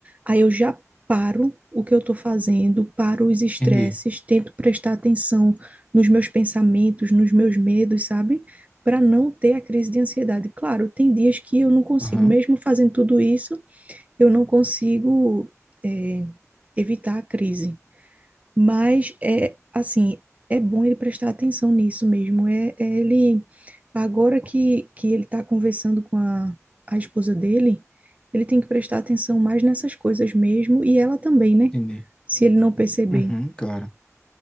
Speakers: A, on the right; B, on the left.
A: Aí eu já paro o que eu tô fazendo, paro os estresses,
B: Entendi.
A: tento prestar atenção nos meus pensamentos, nos meus medos, sabe? Para não ter a crise de ansiedade. Claro, tem dias que eu não consigo,
B: Aham,
A: mesmo fazendo tudo isso, eu não consigo, eh, evitar a crise. Mas é assim, é bom ele prestar atenção nisso mesmo. É, é ele agora que, que ele está conversando com a, a esposa dele, ele tem que prestar atenção mais nessas coisas mesmo, e ela também, né?
B: entendi.
A: Se ele não perceber.
B: Uhum, claro.